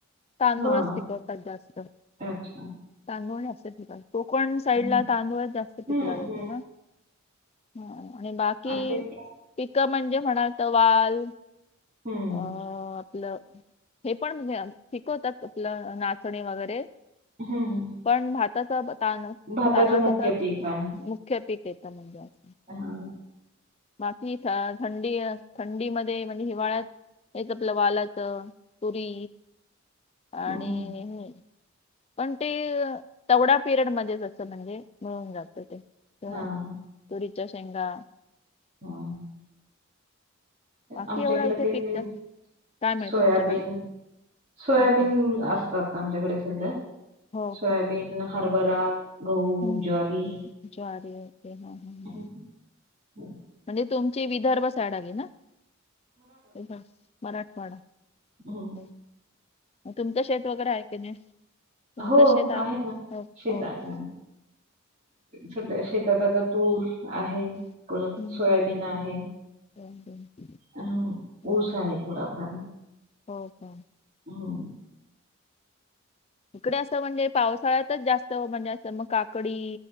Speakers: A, on the left; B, on the right.
A: तांदूळच
B: हां.
A: पिकवतात जास्त,
B: अच्छा.
A: तांदूळ जास्त पिकवतात. कोकण साईड
B: हं.
A: ला तांदूळच जास्त पिकला
B: हं,
A: जातो
B: हं.
A: ना. ह आणि बाकी,
B: आमच्या इथे
A: पिकं म्हणजे म्हणाल त वाल
B: हम्म.
A: अ, आपलं हे पण म्हणजे पिकवतात आपलं नाचणी वगैरे
B: हं.
A: पण भाताच तान
B: भाताचं
A: तादळाचा
B: मुख्य
A: प्र
B: पीक
A: मुख्य पिक येतं म्हणजे <unintelligible>
B: हा.
A: माकीठी थ थंडीय थंडीमधे म्हणजे हिवाळ्यात हेच आपलं वालाच, तुरी आणि
B: हं.
A: हे पण ते तेवडा पिरियड मध्येचं असत, म्हणजे मिळून जात ते तेव्हाच.
B: हां, हां,
A: तुरीच्या शेंगा
B: हम.
A: बाकी
B: आमच्याकड
A: एवढा इथे
B: <unintelligible>
A: पीक जास्त काय मिळतं
B: सोयाबीन
A: तुमच्याकडे?
B: सोयाबीन
A: ओके
B: असत आमच्याकडे सध्या.
A: हो
B: सोयाबीन, हरभरा गहू,
A: हू
B: ज्वारी
A: हू हू ज्वारी येते हा.
B: <inaudible>
A: हा. म्हणजे तुमची विदर्भ साईड आली ना? <unintelligible> मराठवाडा.
B: हम्.
A: हम्म. तुमचं शेत वगैरे आहे की नाय? तुमचं
B: हो
A: शेत आहे,
B: ना
A: हो
B: शेत
A: हो
B: आहे
A: <unintelligible>
B: ना सध्या शेतात आता तूर आहे,
A: हम्म
B: परत
A: हम्म.
B: सोयाबीन आहे.
A: दोन, दोन,
B: हम्
A: तीन.
B: ऊस आहे थोडाफार
A: हो का
B: हम्.
A: इकडे असं म्हणजे पावसाळ्यातच जास्त, म्हणजे असं मग काकडी